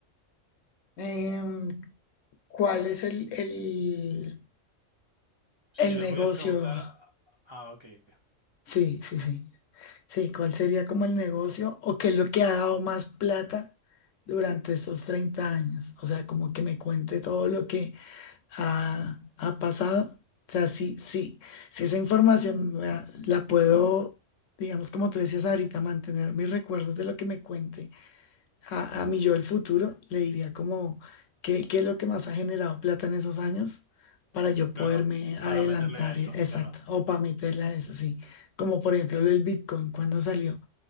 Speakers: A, on the left (about 80°); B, on the right (about 30°).
A: Em, ¿cuál es el, el,
B: Si
A: el
B: le
A: negocio?
B: pudieras preguntar... Ah, ok, ok.
A: Sí, sí, sí. Sí, ¿cuál sería como el negocio o qué es lo que ha dado más plata durante estos 30 años? O sea, como que me cuente todo lo que ha, ha pasado. O sea, sí, sí, si esa información me la la puedo, digamos, como tú decías ahorita, mantener mis recuerdos de lo que me cuente a, a mi yo del futuro, le diría como qué, qué es lo que más ha generado plata en esos años para yo poderme
B: Claro,
A: adelantar,
B: para meterle a eso,
A: eh, exacto,
B: claro.
A: o para meterle a eso, sí. Como por ejemplo el Bitcoin cuando salió,